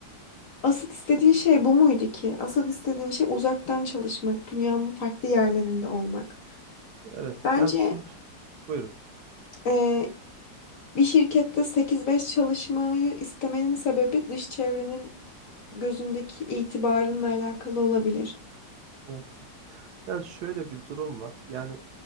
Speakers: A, on the left (about 65°); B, on the right (about 70°).
A: asıl istediğin şey bu muydu ki? Asıl istediğin şey uzaktan çalışmak, dünyanın farklı yerlerinde olmak.
B: Evet.
A: Bence
B: Yani şu buyurun.
A: eee, bir şirkette sekiz beş çalışmayı istemenin sebebi dış çevrenin gözündeki itibarınla alakalı olabilir.
B: Evet. Yani şöyle bir durum var. Yani